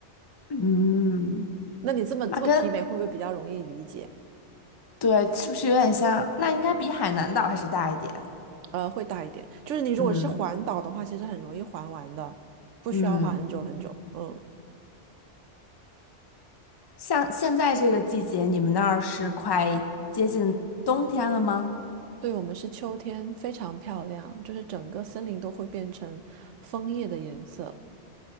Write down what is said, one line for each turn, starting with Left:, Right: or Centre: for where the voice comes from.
Left: 嗯，
Right: 那你这么这么媲美，
Left: 那跟
Right: 会不会比较容易理解？
Left: 对是不是有点像？那应该比海南岛还是大一点。
Right: 呃，会大一点。就是你如果是环岛的话，
Left: 嗯
Right: 其实很容易环完的，不需要花很久很久。
Left: 嗯，
Right: 嗯，
Left: 像现在这个季节，你们那儿是快接近冬天了吗？
Right: 对，我们是秋天，非常漂亮，就是整个森林都会变成枫叶的颜色。